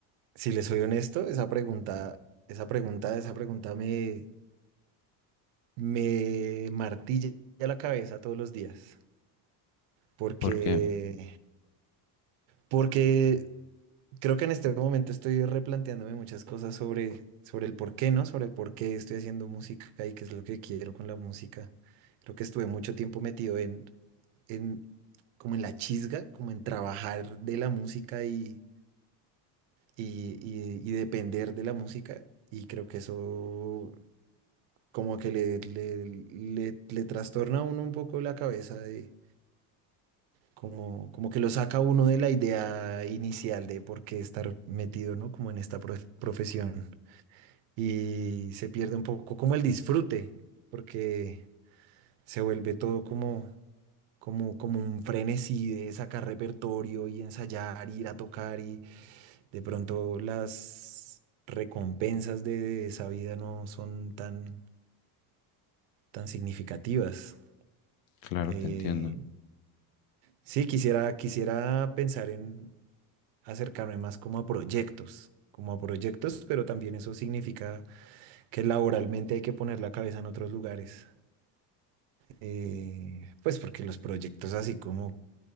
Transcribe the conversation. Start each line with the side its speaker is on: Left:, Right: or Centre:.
Right: si les soy honesto, esa pregunta, esa pregunta, esa pregunta me, me martilla la cabeza todos los días. Porque,
Left: Porque,
Right: porque creo que en este momento estoy replanteándome muchas cosas sobre, sobre el por qué, ¿no? Sobre el por qué estoy haciendo música y qué es lo que quiero con la música. Creo que estuve mucho tiempo metido en, en como en la chisga, como en trabajar de la música y, y, y- y depender de la música. Y creo que eso como que le, le, le, le trastorna a uno un poco la cabeza de como, como que lo saca a uno de la idea inicial de por qué estar metido, ¿no? Como en esta prof- profesión. y se pierde un poco como el disfrute, porque se vuelve todo como, como, como un frenesí de sacar repertorio y ensayar, ir a tocar y de pronto las recompensas de esa vida no son tan, tan significativas.
Left: claro,
Right: Eh,
Left: te entiendo.
Right: sí, quisiera, quisiera pensar en acercarme más como a proyectos. como a proyectos, pero también eso significa que laboralmente hay que poner la cabeza en otros lugares. eh, pues porque los proyectos así como